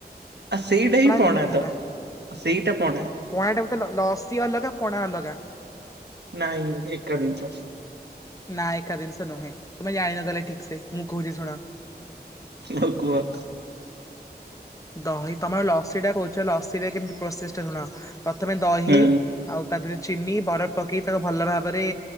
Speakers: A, on the right; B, on the left.
A: ଆଉ ସେଇଟା ହିଁ ପଣା
B: କେମିତି
A: ତ
B: ହେଲା?
A: ସେଇଟା ପଣା।
B: ପଣା ଟା ତ ଲସି ଅଲଗା ପଣା ଅଲଗା।
A: ନାଇଁ ଏକା ଦିନିଷ।
B: ନାଁ ଏକା ଦିନିସ ନୁହେଁ, ତୁମେ ଜାଣିନ ତାହାଲେ ଠିକ୍ ସେ ମୁଁ କହୁଛି ଶୁଣ
A: ହଉ କୁହ।
B: ଦହି ତମର ଲସି ଟା କହୁଛ ଲସିରେ କେମିତି ପ୍ରୋସେସଟା ଶୁଣ ପ୍ରଥମେ ଦହି
A: ହୁଁ
B: ଆଉ ତା ଦେହରେ ଚିନି ବରଫ ପକେଇ ତାକୁ ଭଲ ଭାବରେ